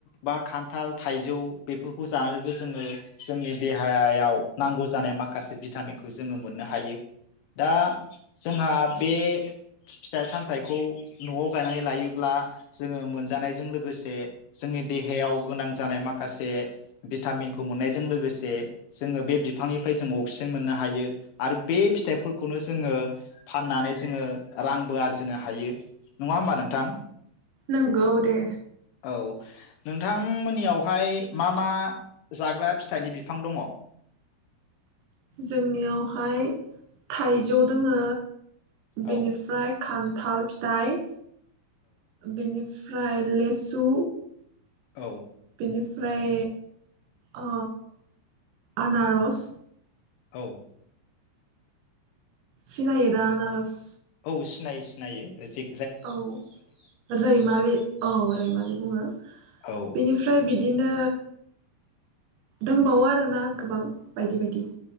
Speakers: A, on the left (about 80°); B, on the right (about 85°).
A: बा खान्थाल थाइजौ बेफोरखौ जानानैबो जोङो जोंनि देहायायाव नांगौ जानाय माखासे भिटामिनखौ जोङो मोननो हायो दा जोंहा बे फिथाइ सामथाइखौ न'आव गायनानै लायोब्ला जोङो मोनजानायजों लो गोसे जोंनि देहायाव गोनां जानाय माखासे भिटामिनखौ मोननायजों लोगोसे जोङो बे बिफांनिफ्राय जोङ अक्सिजेन मोननो हायो आरो बे फिथाइफोरखौनो जोङो फाननानै जोङो रांबो आरजिनो हायो नङा होमबा नोंथां?
B: नंगौ दे।
A: औ नोंथांमोननियावहाय मा मा जाग्रा फिथाइनि बिफां दङ?
B: जोंनियावहाय थाइजौ दोङो
A: औ
B: बेनिफ्राय खान थाल फिथाइ बेनि फ्राय लेसु
A: औ।
B: बेनिफ्राय ओ आनार'स
A: औ।
B: सिनायो दा आनारस
A: औ सिनायो सिनायो जि
B: औ रैमालि औ रैमालि बुङो
A: औ
B: बिनिफ्राय बिद दिनो दंबावो आरोना गोबां बायदि बायदि।